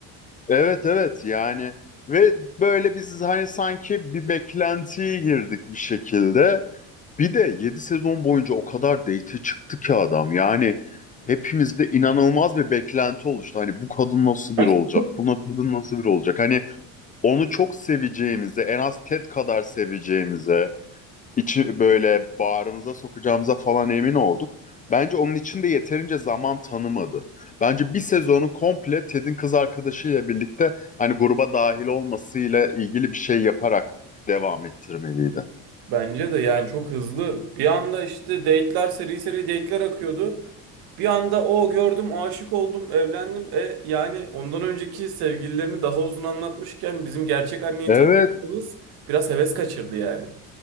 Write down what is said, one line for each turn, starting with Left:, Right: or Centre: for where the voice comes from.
Left: Evet evet yani ve böyle biz hani sanki bir beklentiye girdik bir şekilde. Bir de 7 sezon boyunca o kadar date çıktı ki adam. Yani hepimizde inanılmaz bir beklenti oluştu. Hani bu kadın nasıl biri
Right: <laughs>
Left: olacak? Bu kadın nasıl biri olacak? Hani onu çok seveceğimize, en az Ted kadar seveceğimize içi böyle bağrımıza sokacağımıza falan emin olduk. Bence onun için de yeterince zaman tanımadı. Bence bir sezonu komple Ted'in kız arkadaşıyla birlikte hani gruba dahil olmasıyla ilgili bir şey yaparak devam ettirmeliydi.
Right: Bence de yani çok hızlı. Bir anda işte date'ler seri seri date'ler akıyordu. Bir anda o gördüm, aşık oldum, evlendim. E yani ondan önceki sevgililerini daha uzun anlatmışken bizim gerçek anneyi
Left: Evet.
Right: tanıdığımız biraz heves kaçırdı yani.